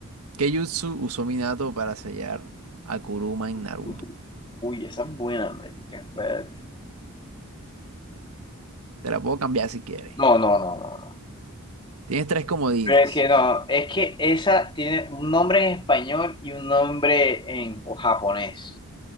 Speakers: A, on the right; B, on the left.
A: ¿qué jutsu usó Minato para sellar a Kuruma en
B: <laughs>
A: Naruto?
B: Uy, esa es buena, marica, espérate.
A: Te la puedo cambiar si quieres.
B: No, no, no, no, no.
A: Tienes tres comodines.
B: Pero es que no, es que esa tiene un nombre en español y un nombre en o japonés.